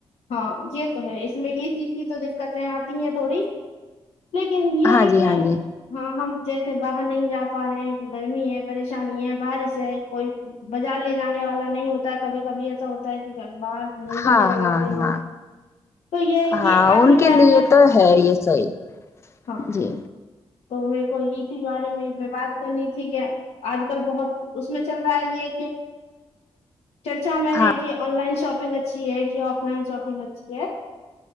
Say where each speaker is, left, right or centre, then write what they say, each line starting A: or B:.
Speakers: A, on the left; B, on the left.
A: ہاں یہ تو ہے اس میں یہ چیز کی تو دقتیں آتی ہیں تھوڑی لیکن یہ
B: ہاں
A: ہے
B: جی
A: کہ
B: ہاں جی
A: ہاں ہم جیسے باہر نہیں جا پا رہے ہیں گرمی ہے پریشانی ہے بارش ہے کوئی بازار لے جانے والا نہیں ہوتا ہے کبھی کبھی ایسا ہوتا ہے کہ باہر لے جانے
B: ہاں
A: والا
B: ہاں
A: کوی نہیں
B: ہاں
A: ہے تو یہ ہے
B: ہاں
A: کہ آج
B: ان
A: کے ٹائم
B: لیے
A: میں
B: تو ہے یہ صحیح
A: ہاں
B: جی
A: تو میرے کو اسی بارے میں میں بات کرنی تھی کہ آج کل بہت اس میں چل رہا ہے یہ کہ چرچا میں
B: ہاں
A: ہے کہ آن لائن شاپنگ اچ اچھی ہے کہ آف لائن شاپنگ اچھی ہے